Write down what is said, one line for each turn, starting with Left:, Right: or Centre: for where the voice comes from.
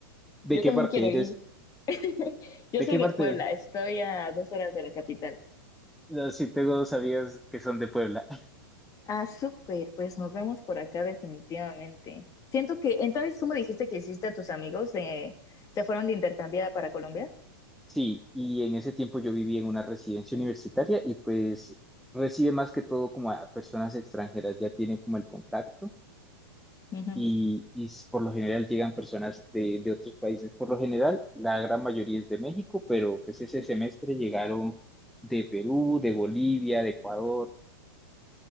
Centre: ¿De
Left: Yo
Centre: qué
Left: también
Centre: parte
Left: quiero
Centre: eres?
Left: ir. <laughs> Yo
Centre: ¿De
Left: soy
Centre: qué
Left: de
Centre: parte?
Left: Puebla, estoy a dos horas de la capital.
Centre: No, Sí, tengo dos amigas que son de Puebla.
Left: Ah, súper, pues nos vemos por acá definitivamente. Siento que, entonces tú me dijiste que hiciste a tus amigos de, se fueron de intercambiada para Colombia.
Centre: Sí, y en ese tiempo yo viví en una residencia universitaria y pues recibe más que todo como a personas extranjeras, ya tienen como el contacto
Left: Ujú.
Centre: y, y s- por lo general llegan personas de, de otros países. Por lo general, la gran mayoría es de México, pero pues ese semestre llegaron de Perú, de Bolivia, de Ecuador,